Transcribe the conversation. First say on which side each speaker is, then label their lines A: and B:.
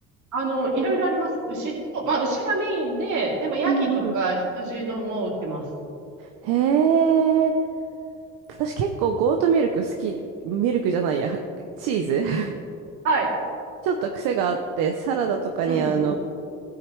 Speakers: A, on the right; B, on the right.
A: あの、いろいろあります。牛と、まあ、牛がメインで、でも、ヤギとか羊のも売ってます。
B: うんうん。へえ。私結構ゴートミルク好き、ミルクじゃないや、<laughs> チーズ。<laughs>
A: はい。
B: ちょっと癖があって、サラダとかにあの、
A: うんうん。